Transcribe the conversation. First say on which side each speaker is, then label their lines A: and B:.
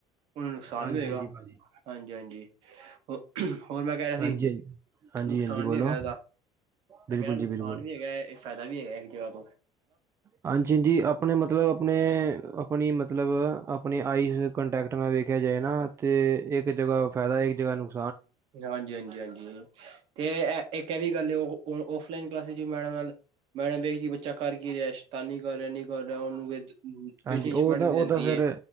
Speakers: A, on the right; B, on the right.
A: ਉਹਨੂੰ ਨੁਕਸਾਨ
B: ਹਾਂਜੀ
A: ਵੀ ਹੋਏਗਾ
B: ਹਾਂਜੀ
A: ।
B: ਭਾਜੀ
A: ਹਾਂਜੀ- ਹਾਂਜੀ ਹੋ ਹੋਰ ਮੈਂ ਕਹਿ ਰਿਹਾ ਸੀ
B: ਹਾਂਜੀ ਹਾਂਜੀ ਹਾਂਜੀ
A: ਨੁਕਸਾਨ
B: ਹਾਂਜੀ ਬੋਲੋ
A: ਵੀ ਹੈਗਾ ਇਹਦਾ ਮੈਂ
B: ਬਿਲਕੁਲ
A: ਕਹਿ ਰਿਹਾ
B: ਜੀ
A: ਨੁਕਸਾਨ
B: ਬਿਲਕੁਲ
A: ਵੀ ਹੈਗਾ ਇਕ ਫਾਇਦਾ ਵੀ ਹੈਗਾ ਇੱਕ ਜਗ੍ਹਾ ਤੋਂ ।
B: ਹਾਂਜੀ- ਹਾਂਜੀ ਆਪਣੇ ਮਤਲਬ ਆਪਣੇ ਆਪਣੀ ਮਤਲਬ । ਮਤਲਬ ਆਪਣੀ ਆਈਜ਼ ਕਾਂਟੈਕਟ ਨਾਲ ਵੇਖਿਆ ਜਾਏ ਨਾ । ਤੇ ਇੱਕ ਜਗ੍ਹਾ ਫਾਇਦਾ ਹੈ । ਜ ਨੂੰ ।
A: ਹਾਂਜੀ ਹਾਂਜੀ ਹਾਂਜੀ ਤੇ ਐ ਇੱਕ ਇਹ ਵੀ ਗੱਲ ਔ ਔਫਲਾਈਨ ਕਲਾਸ ਚ ਮੈਡਮ ਨਾਲ ਮੈਡਮ ਵੇਖਦੀ ਬੱਚਾ ਕਰ ਕੀ ਰਿਹਾ ਸ਼ੈਤਾਨੀ ਕਰ ਰਿਹਾ ਨੀ ਉਹਨੂੰ ਪਨਿਸ਼ਮੈਂਟ
B: ਹਾਂਜੀ ਉਹ ਤਾਂ
A: ਵੀ
B: ਉਹ
A: ਦਿੰਦੀ
B: ਤਾਂ ਫੇਰ
A: ਹੈ